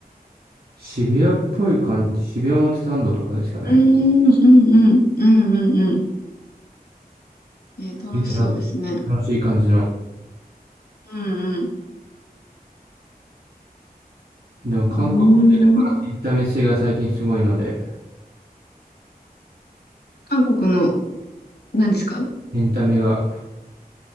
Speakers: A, on the right (about 80°); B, on the left (about 80°).
A: 渋谷っぽい感じ、渋谷表参道とかですかね。
B: うーん、うん、うん、うん、うん、うん。えー楽しそうですね。
A: 楽し楽しい感じの。
B: うん、うん。
A: でも韓国は結構なエンタメ性が最近すごいので、
B: うーん。韓国の、何ですか
A: エンタメが、